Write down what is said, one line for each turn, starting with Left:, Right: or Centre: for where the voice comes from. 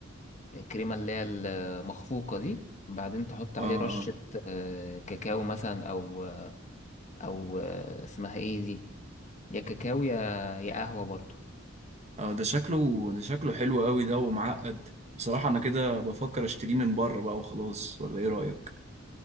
Left: الكريمة اللي هي المخفوقة دي بعدين تحط عليه
Right: اه اه
Left: رشة آه، كاكاو مثلا أو أو آه، اسمها ايه دي يا كاكاو يا يا قهوة برضو
Right: اه ده شكله ده شكله حلو قوي ده ومعقد بصراحة انا كده بفكر اشتريه من بره بقى وخلاص ولا ايه رأيك